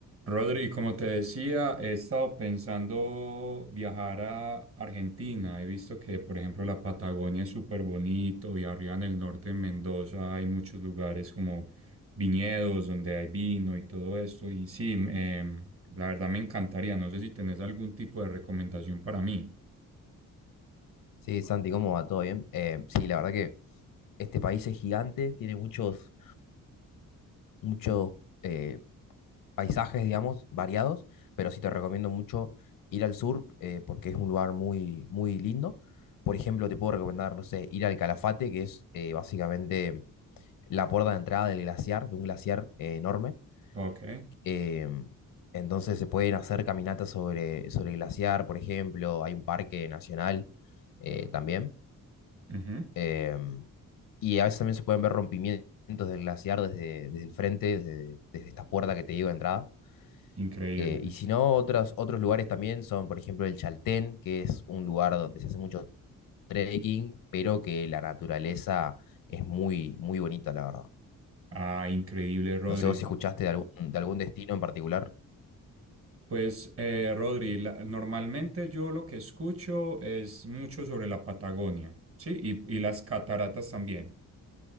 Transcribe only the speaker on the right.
Rodri, como te decía, he estado pensando viajar a Argentina. He visto que, por ejemplo, la Patagonia es súper bonito y arriba en el norte, en Mendoza, hay muchos lugares como viñedos donde hay vino y todo esto. Y sí, em, la verdad me encantaría. No sé si tenés algún tipo de recomendación para mí.
Ok.
Ujú.
Increíble.
Ah, increíble, Rodri.
Pues, eh, Rodri, la- normalmente yo lo que escucho es mucho sobre la Patagonia, ¿sí? Y, y las cataratas también.